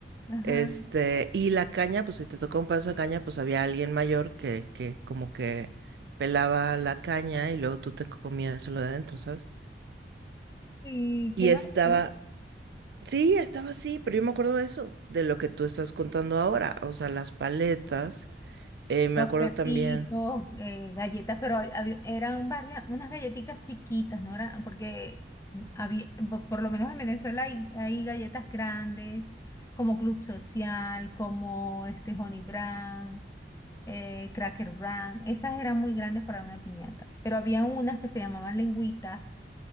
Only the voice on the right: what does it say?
Este, y la caña, pues si te tocó un pedazo de caña, pues había alguien mayor que, que como que pelaba la caña y luego tú te comías lo de adentro, ¿sabes?
Y
estaba, sí, estaba así, pero yo me acuerdo de eso, de lo que tú estás contando ahora, o sea, las paletas, eh, me
acuerdo
también,